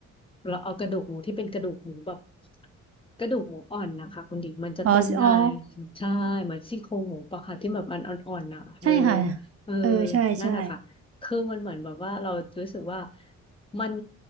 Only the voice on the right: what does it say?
อ๋ออ๋อ
ใช่ค่ะ
เออใช่ใช่